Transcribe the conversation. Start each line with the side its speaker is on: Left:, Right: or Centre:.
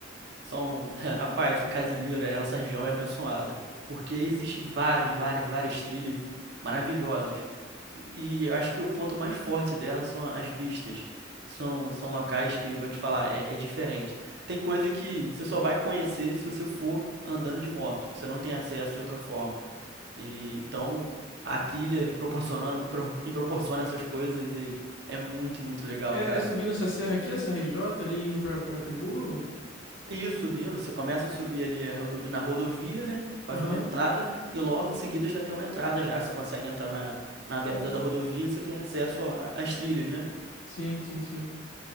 Right: São, <laughs> rapaz, em Casimiro, é, a nossa região é abençoada, porque existe vários, várias, várias trilhas maravilhosas. E eu acho que o ponto mais forte dela são as vistas. São, são locais que, vou te falar, é, é diferente. Tem coisa que você só vai conhecer se você for andando de moto. Você não tem acesso de outra forma. E, então, a trilha proporcionando, pro- proporciona essas coisas e é muito, muito legal,
Left: É,
Right: cara.
Left: é subindo essa serra aqui, essa RJ ali indo pra, pra Friburgo?
Right: E isso, subindo, você começa a subir ali a rodo- na rodovia, né, pavimentada,
Left: Aham,
Right: e logo em seguida já tem uma entrada já, você consegue entrar na, na beirada da rodovia, você tem acesso a- às trilhas, né?
Left: Sim, sim, sim.